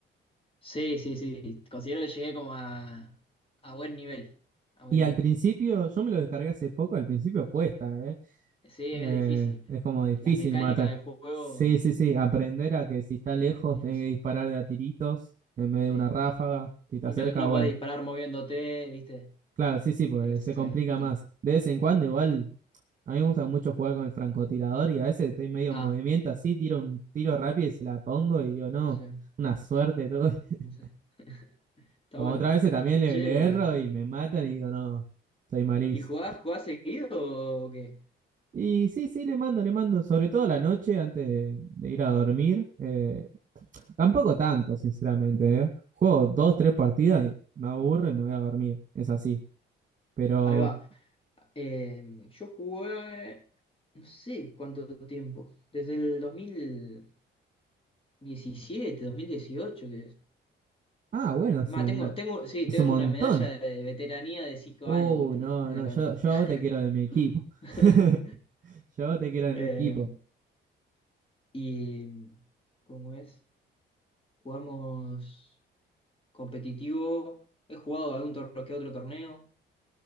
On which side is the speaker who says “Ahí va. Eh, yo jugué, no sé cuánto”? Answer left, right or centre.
Left